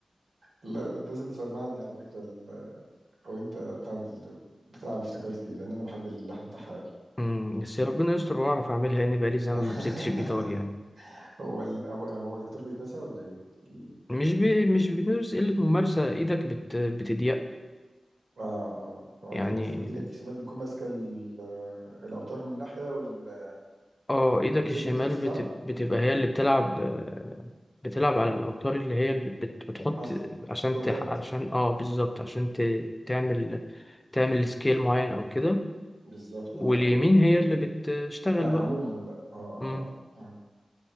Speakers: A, on the right; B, on the left.
A: لا ده انت لازم تسمعني على فكره ال... او انت بتعمل بتلعب افتكرتي لان انا بحب اللحن بتاعها قوي
B: مم. بس ربنا يستر وأعرف أعملها لأن بقالي زمان
A: <laughs>
B: ما مسكتش الجيتار يعني
A: هو ال... هو هو الجيتار بيتنسى ولا ايه ال...
B: مش بي... مش بتدرس قلة ممارسة ايدك بت... بتضيق
A: اه اه هو
B: يعني
A: انت المفروض ايدك الشمال بتكون ماسكه ال... الاوتار من ناحيه وال...
B: اه ايدك
A: بتشد
B: الشمال
A: وترخي
B: بت...
A: صح
B: بتبقى هي اللي بتلعب بتلعب على الأوتار اللي هي اللي بت... بتحط
A: اصلا
B: عشان
A: كوردات
B: تح... عشان اه بالظبط عشان ت... تعمل تعمل سكيل معين او كده
A: بالظبط
B: واليمين
A: اه
B: هي اللي بتشتغل
A: لا
B: بقى
A: عموما بقى اه
B: مم.
A: اه آه.